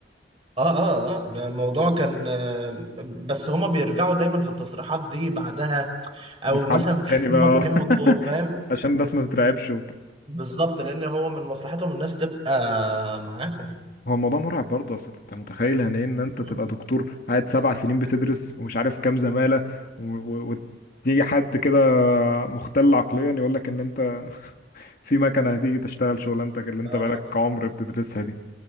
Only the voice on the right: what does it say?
اه اه اه لا، الموضوع كان آه، بس هما بيرجعوا دايما في التصريحات دي بعدها او
مثلا بتحس
ان هما بيلموا الدور
فاهم
بالظبط لان هو من مصلحتهم الناس تبقى معاهم
مم.
اه اه
اه